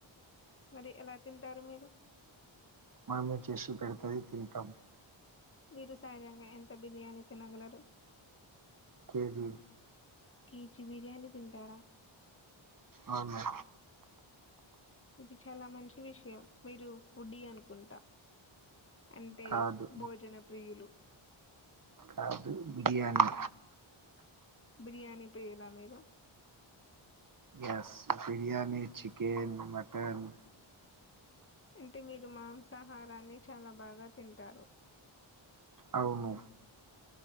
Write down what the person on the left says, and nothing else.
మరి ఎలా తింటారు మీరు
మీరు సహజంగా ఎంత బిర్యానీ తినగలరు
కేజీ బిర్యానీ తింటారా
ఇది చాలా మంచి విషయం మీరు ఫుడ్డి అనుకుంటా అంటే
భోజన ప్రియులు
బిర్యానీ ప్రియుల మీరు
అంటే మీరు మాంసాహారాన్ని చాలా బాగా తింటారు